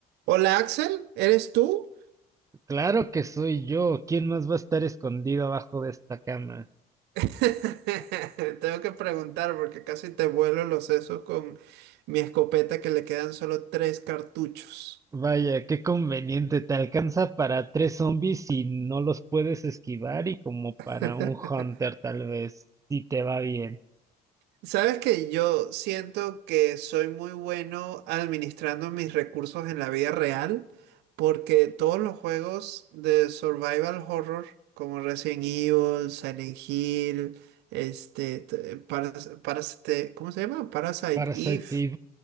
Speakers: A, on the right (about 80°); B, on the right (about 20°).
A: Hola Axel, ¿eres tú?
B: Claro que soy yo. ¿Quién más va a estar escondido abajo de esta cama?
A: <laughs> Tengo que preguntar porque casi te vuelo los sesos con mi escopeta que le quedan solo tres cartuchos.
B: Vaya, qué conveniente. Te alcanza para tres zombies si no los puedes esquivar y como
A: <laughs>
B: para un hunter tal vez, si te va bien.
A: Sabes que yo siento que soy muy bueno administrando mis recursos en la vida real porque todos los juegos de survival horror como Resident Evil, Silent Hill, este, t- Paras, Paras- este, ¿cómo se llama? Parasite
B: Parasite
A: Eve.